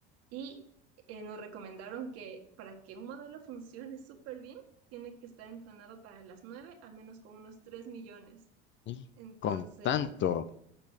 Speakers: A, on the right (about 55°); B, on the left (about 40°).
A: Y eh, nos recomendaron que para que un modelo funcione súper bien, tiene que estar entrenado para las nueve, al menos con unos 3 millones.
B: Y
A: Entonces,
B: Con tanto,